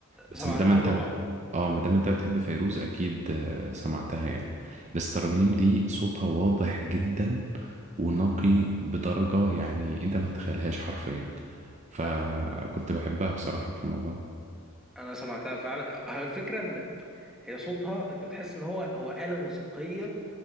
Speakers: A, on the right; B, in the centre.
A: بس
B: سمعتها
A: ما دام انت
B: طبعا
A: اه ما دام انت بتحب فيروز أكيد آه سمعتها يعني بس ترانيم دي صوتها واضح جدا ونقي بدرجة يعني انت ما تتخيلهاش حرفيا فكنت
B: آه،
A: بحبها بصراحة في الموضوع ده
B: انا سمعتها فعلا على فكره ان هي صوتها انت بتحس ان هو هو آلة موسيقيه